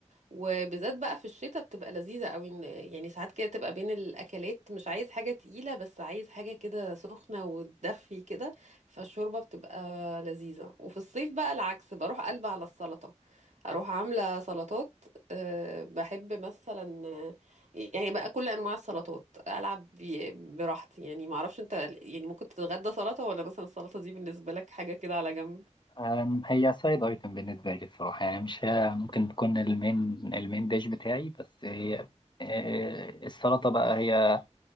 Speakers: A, on the right; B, on the left.
A: وبالذات بقى في الشتاء بتبقى لذيذة قوي إن- يعني ساعات كده تبقى بين الأكلات مش عايز حاجة تقيلة بس عايز حاجة كده سخنة وتدفي كده فالشوربة بتبقى لذيذة وفي الصيف بقى العكس بروح قلبة على السلطة أروح عاملة سلطات أه بحب مثلا آه، يعني بقى كل أنواع السلطات ألعب بي- براحتي يعني معرفش أنت يعني ممكن تتغدى سلطة ولا مثلا السلطة دي بالنسبة لك حاجة كده على جنب
B: أم، هي سايد ايتم بالنسبه لي الصراحه يعني مش هي ممكن تكون المين المين ديش بتاعي بس هي آه، السلطه بقى هي